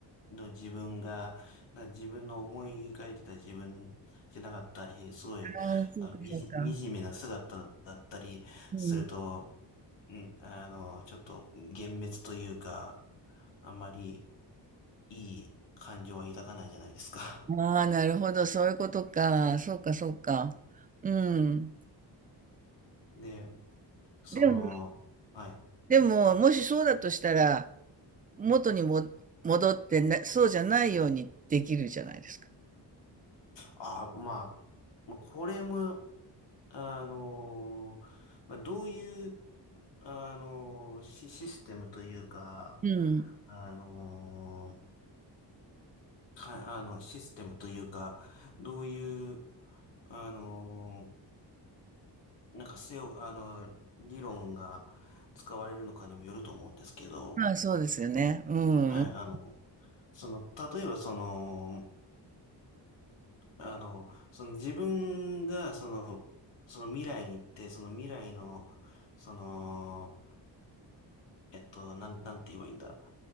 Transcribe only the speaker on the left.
の自分が、な自分の思い描いてた自分じゃなかったり、すごい、
まあ、みじ、
惨めな姿だったりすると、
うん、あの、ちょっと幻滅というか、あんまりいい感情は抱かないじゃないですか。
<laughs> で、その、
はい。
あ、まあ、まあこれも、あの、まあ、どういう、あの、シ、システムというか、
あの、か、あの、システムというか、どういう、あの、なんかセオ、あの、理論が使われるのかにもよると思うんですけど、
はい、
あの、その、例えばその、あの、その自分が、その、その未来に行って、その未来の、その、えっと、なん、なんて言えばいいんだ。